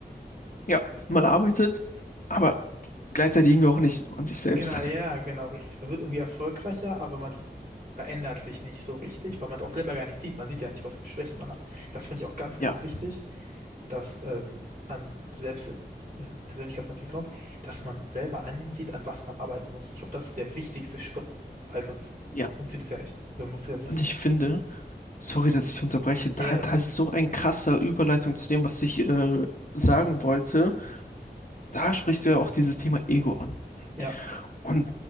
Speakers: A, on the left (about 50°); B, on the right (about 45°).
A: Ja, man arbeitet, aber gleichzeitig irgendwie auch nicht so an sich selbst.
B: Genau,
A: <laughs>
B: ja, genau, richtig. Man wird irgendwie erfolgreicher, aber man verändert sich nicht so richtig, weil man es auch selber gar nicht sieht. Man sieht ja nicht, was für Schwächen man hat. Das finde ich auch ganz, ganz
A: Ja,
B: wichtig. dass ähm, an selbst in äh, Persönlichkeitsentwicklung, dass man selber ansieht, an was man arbeiten muss. Ich glaube, das ist der wichtigste Schritt, weil sonst
A: ja.
B: funktioniert es ja nicht. Man muss ja wissen.
A: Und ich finde, sorry, dass ich unterbreche, da,
B: Ja, ja,
A: da
B: ist gut.
A: ist so ein krasser Überleitung zu dem, was ich äh, sagen wollte. Da sprichst du ja auch dieses Thema Ego an.
B: Ja.
A: Und